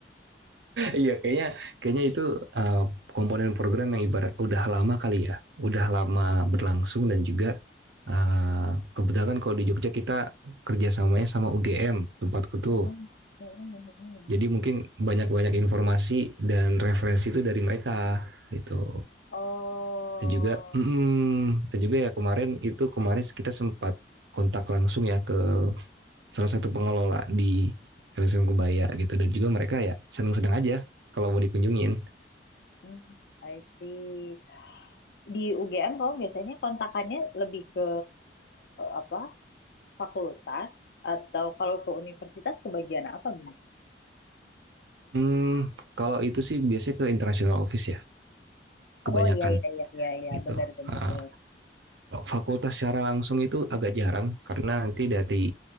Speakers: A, on the right; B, on the left.
A: Iya, kayaknya kayaknya itu uh, komponen program yang ibarat udah lama kali ya, udah lama berlangsung dan juga uh, kebetulan kalau di Jogja kita kerjasamanya sama UGM tempatku tuh.
B: Hmm, hmm, hmm.
A: Jadi mungkin banyak-banyak informasi dan referensi itu dari mereka gitu.
B: Oh,
A: Dan juga, mm, dan juga ya kemarin itu kemarin kita sempat kontak langsung ya ke salah satu pengelola di LSM Kebaya gitu dan juga mereka ya seneng-seneng aja kalau mau dikunjungin.
B: hmm, I see. Di UGM kamu biasanya kontakannya lebih ke apa? Fakultas atau kalau ke universitas ke bagian apa, Bim?
A: Hmm, kalau itu sih biasanya ke international office ya, kebanyakan
B: Oh iya iya iya iya iya
A: gitu.
B: benar benar
A: Ah,
B: benar.
A: kalau fakultas secara langsung itu agak jarang karena nanti dari